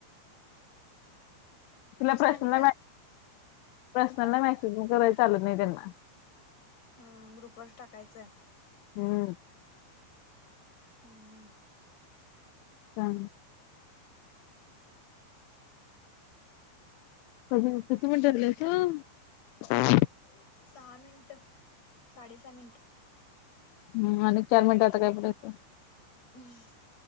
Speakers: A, on the left (about 85°); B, on the left (about 35°).
A: तुला
B: मग सानिका
A: प्रश्नाला प्रश्नाला
B: हा
A: मॅसेज कराच चालत नाही त्यांना
B: हा ग्रुप वरच टाकायचं
A: हम्म
B: हम् हम्
A: हा कधी किती मिनिट झालंय का
B: सहा मिनट साडे सहा मिनट
A: हम आणि चार मिनिटं आता काय बरायचं
B: हम्म